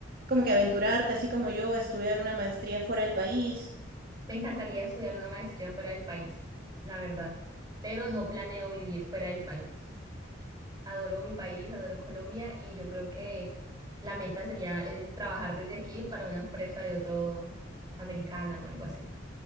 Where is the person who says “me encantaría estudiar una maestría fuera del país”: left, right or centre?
Right